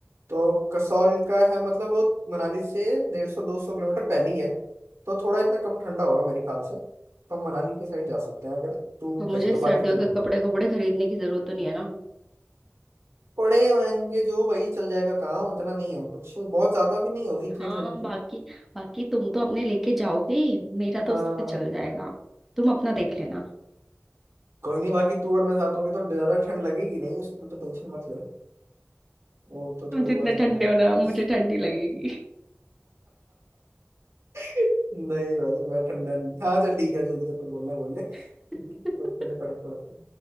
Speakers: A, on the right; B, in the centre.
A: तो कसौल का है मतलब वो मनाली से डेढ़ सौ दो सौ किलोमीटर पहले ही है तो थोड़ा इतना कम ठंडा होगा मेरे ख्याल से तो हम मनाली के साइड जा सकते हैं अगर तू
B: तो मुझे
A: कहे तो
B: सर्दियों
A: बाकी तू
B: के
A: बता
B: कपड़े कपड़े खरीदने की जरूरत तो नहीं है ना
A: पड़े होंगे जो वही चल जाएगा काम इतना नहीं है कुछ बहुत ज्यादा भी नहीं होगी इतनी
B: हाँ
A: ठंड की
B: बाकी बाकी तुम तो अपने लेके जाओगे ही, मेरा तो
A: हाँ
B: उससे चल जाएगा तुम अपना देख लेना
A: कोई नहीं बाकी तू और मैं साथ होंगे तो ज्यादा ठंड लगेगी नहीं उसकी तो टेंशन मत ले वो तो
B: तुम
A: थोड़ी
B: जितने
A: बहुत ही लगेगी
B: ठंडे हो ना मुझे ठंडी लगेगी
A: <laughs> नहीं भाई मैं ठंडा नहीं हाँ चल ठीक है जो भी तेरे को बोलना है बोल ले
B: <laughs>
A: उसके लिए फर्क पड़ता